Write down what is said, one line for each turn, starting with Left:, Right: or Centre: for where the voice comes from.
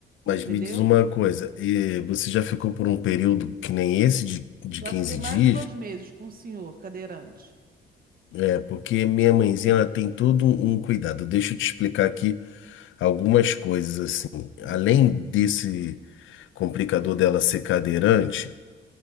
Right: entendeu?
Left: Mas me diz uma coisa, e você já ficou por um período que nem esse de, de
Right: Já
Left: 15
Right: fiquei mais
Left: dias?
Right: de dois meses com o senhor cadeirante.
Left: É, porque minha mãezinha ela tem todo um, um cuidado. Deixa eu te explicar aqui algumas coisas assim.
Right: Hum.
Left: Além desse complicador dela ser cadeirante,